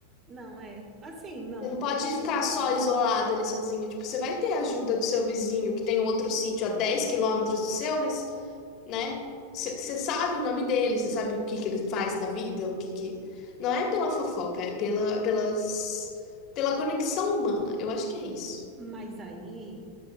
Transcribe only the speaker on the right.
não, é. Assim, não,
eu não.
Mas aí,